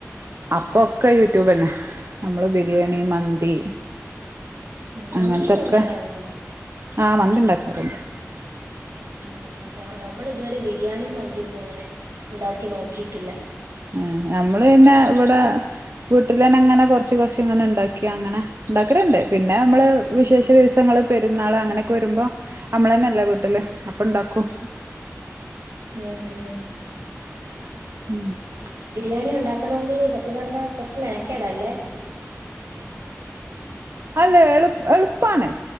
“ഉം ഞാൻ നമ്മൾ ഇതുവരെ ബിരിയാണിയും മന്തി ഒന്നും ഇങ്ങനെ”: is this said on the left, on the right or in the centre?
Right